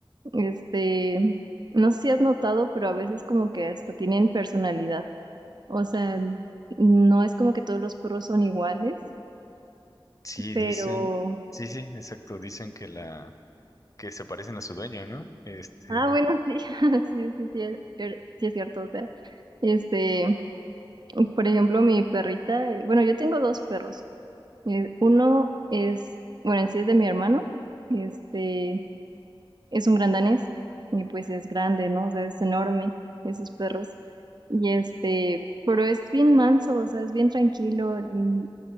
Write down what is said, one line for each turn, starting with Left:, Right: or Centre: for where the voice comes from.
Right: este, no sé si has notado, pero a veces como que hasta tienen personalidad, o sea, no es como que todos los perros son iguales,
Left: Sí,
Right: pero,
Left: dicen, sí, sí, exacto, dicen que la, que se parecen a su dueño, ¿no? Este,
Right: ah, bueno, sí, <laughs> sí, sí, sí, es, er, sí es cierto, o sea, este... Por ejemplo, mi perrita, eh, bueno, yo tengo dos perros. Eh, uno es, bueno, en sí es de mi hermano, este, es un gran danés, y pues es grande, ¿no? O sea, es enorme, esos perros. Y este, pero es bien manso, o sea, es bien tranquilo. mm,